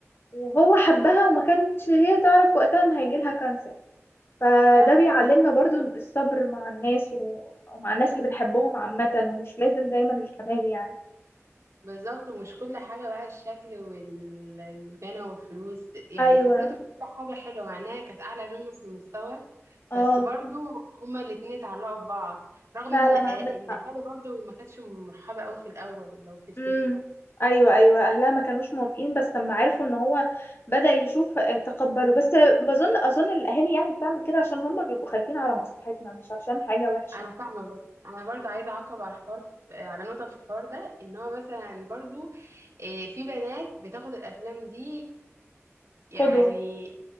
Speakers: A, on the left; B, on the right.
A: وهو حبها وما كانتش هي تعرف وقتها ان هيجيلها كانسر فده
B: فعلا
A: بيعلمنا برضو الصبر مع الناس و- ومع الناس اللي بنحبهم عامة ومش لازم دايما الكمال يعني
B: بالظبط ومش كل حاجة بقى الشكل والغنى والفلوس يعني
A: ايوه
B: فكرته في كل حاجة حلوة مع انها كانت أعلى منه في المستوى
A: اه
B: بس برضو هما الاتنين اتعلقوا ببعض رغم
A: فعلا
B: ان آه،
A: عندك
B: الأهالي
A: حق
B: برضو ما كانتش مرحبة قوي في الأول لو تفتكر
A: امم ايوه ايوه اهلها ما كانوش موافقين بس لما عرفوا ان هو بدأ يشوف آه، تقبلوا بس بظن اظن الاهالي يعني بتعمل كده عشان هم بيبقوا خايفين على مصلحتنا مش عشان حاجة وحشة
B: انا فاهمه بس انا برضو عايزه اعقب على الحوار في- آه، على نقطه في الحوار ده ان هو مثلا برضو إيه، في بنات بتاخد الافلام دي يعني
A: قدوة